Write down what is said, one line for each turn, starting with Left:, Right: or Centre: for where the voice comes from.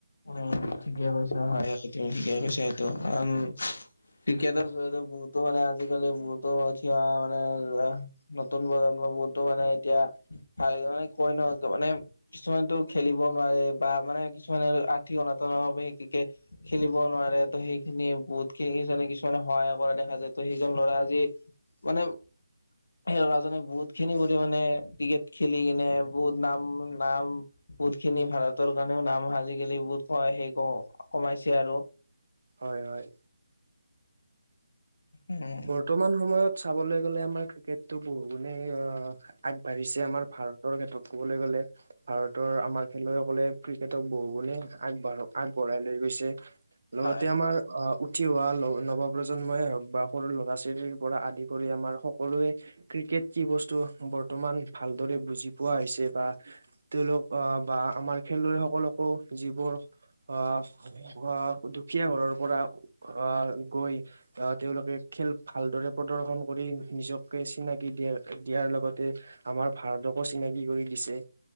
Left: উম, ঠিকে কৈছা হয় আৰু তুমি ঠিক কৈছা এইটো কাৰন ক্ৰিকটৰ <unintelligible> বহুতো মানে আজিকালি বহুতো <unintelligible> মানে ধৰা নতুন প্ৰজন্ম বহুতো মানে এতিয়া ভাল মানে কৈ ন মানে কিছুমানটো খেলিব নোৱাৰে। বা মানে কিছুমানে অনাতনৰ ভাৱে সেই ক্ৰিকেট খেলিব নোৱাৰে ত' সেইখিনি বহুতনে কিছুমানে সহায় কৰে দেখ- খা যায় ত সেইজন ল'ৰা আজি মানে মানে সেই ল'ৰাজনে বহুত খিনি কৰি মানে ক্ৰিকেট খেলি কিনে বহুত নাম নাম বহুত খিনি ভাৰতৰ কাৰণেও নাম আজিকালি বহুত ক সেই ক কমাইছে আৰু।
Right: হয়, হয়।
Left: উম
Right: বৰ্তমান সময়ত চাবলৈ গ'লে আমাৰ ক্ৰিকেটো বহু গুণে আগবাঢ়িছে আমাৰ ভাৰতৰ ক্ষেত্ৰত ক'বলৈ গ'ল- ভাৰতৰ আমাৰ খেলুৱৈসকলে ক্ৰিকেটক বহু গুণে আগবঢ়ো আগবঢ়াই লৈ গৈছে। লগতে
Left: হয়
Right: আমাৰ আহ উঠি অহা নৱপ্ৰজ- প্ৰজন্মই হওক বা সৰু ল'ৰা-ছোৱালী পৰা আদি কৰি আমাৰ সকলোৱে ক্ৰিকেট কি বস্তু বৰ্ত- বৰ্তমান ভালদৰে বুজি পোৱা হৈছে বা তেওঁলোক আহ বা আমাৰ খেলুৱৈসকলকো- যিবোৰ আহ দুখীয়া ঘৰৰ পৰা আহ গৈ আহ তেওঁলোকে খেল ভালদৰে প্ৰদৰ্শন কৰি নিজকে চিনাকি দিয়া দিয়াৰ লগতে আমাৰ ভাৰতকো চিনাকি কৰি দিছে।